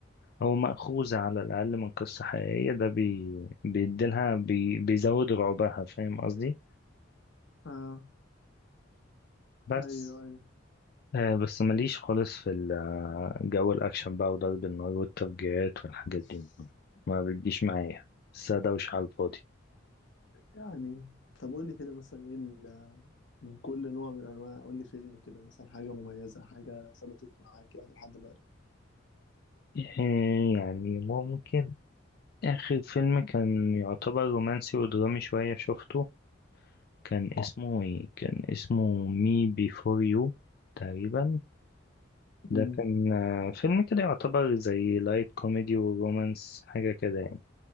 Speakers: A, on the left; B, on the left.
A: أو مأخوذة على الأقل من قصة حقيقية ده بي بيديلها بي بيزود رعبها فاهم قصدي
B: اه
A: بس
B: ايوه ايوه
A: آه بس ماليش خالص في ال- آه، جو الأكشن بقى وضرب النار والتفجيرات والحاجات
B: <laughs>
A: دي ما بتجيش معايا بس دوشة على الفاضي
B: يعني طب قول لي كده مثلا ايه ال- من كل نوع من انواع قول لي فيلم كده مثلا حاجه مميزه حاجه ثبتت معاك يعني لحد دلوقتي
A: آه، يعني ممكن آخر فيلم كان يعتبر رومانسي ودرامي شوية شفته كان اسمه إيه؟ كان اسمه مي بيفور يو تقريبا ده
B: امم
A: كان آه، فيلم كده يعتبر زي لايت كوميدي ورومانس حاجة كده يعني